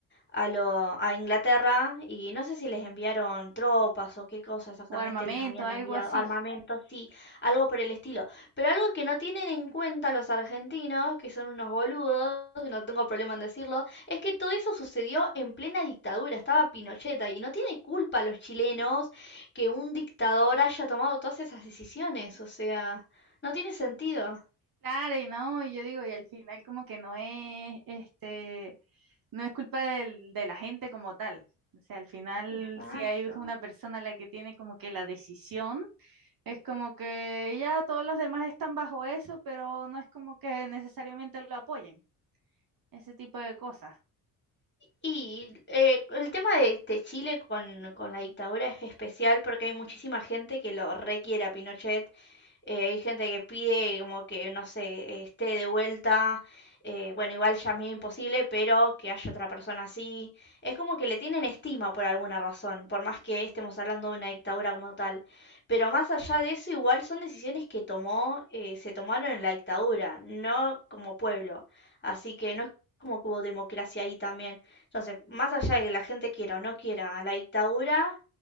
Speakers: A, on the left; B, on the right.
A: a, lo, a Inglaterra y no sé si les enviaron tropas o qué cosa exactamente
B: o armamento,
A: les habían
B: algo
A: enviado,
B: así.
A: armamento, sí, algo por el estilo. Pero algo que no tienen en cuenta los argentinos, que son unos boludos, y no tengo problema en decirlo, es que todo eso sucedió en plena dictadura, estaba Pinochet ahí, y no tiene culpa los chilenos que un dictador haya tomado todas esas decisiones, o sea, no tiene sentido.
B: Claro, y no, y yo digo, y al final como que no es, este, no es culpa del- de la gente como tal. O sea, al final
A: Exacto.
B: si hay una persona la que tiene como que la decisión, es como que ya todos los demás están bajo eso, pero no es como que necesariamente lo apoyen, ese tipo de cosas.
A: Y eh, el tema de, de Chile con, con la dictadura es especial porque hay muchísima gente que lo requiere a Pinochet. Eh, hay gente que pide como que, no sé, esté de vuelta. Eh, bueno, igual ya es medio imposible, pero que haya otra persona así. Es como que le tienen estima por alguna razón, por más que estemos hablando de una dictadura como tal. Pero más allá de eso, igual son decisiones que tomó, eh, se tomaron en la dictadura, no como pueblo. Así que no es como que hubo democracia ahí también. Entonces, más allá de que la gente quiera o no quiera a la dictadura,